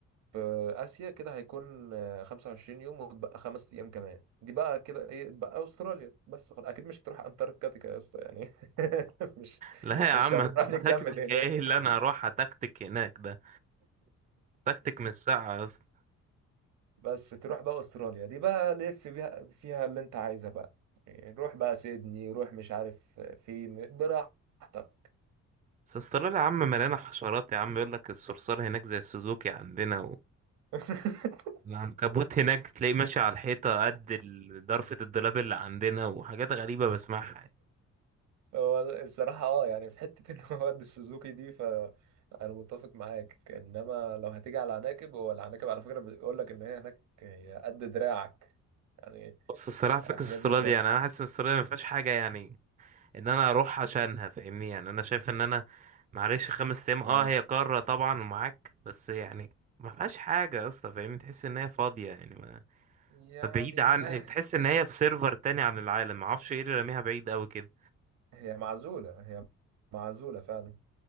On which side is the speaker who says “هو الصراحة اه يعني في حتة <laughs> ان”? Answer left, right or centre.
Right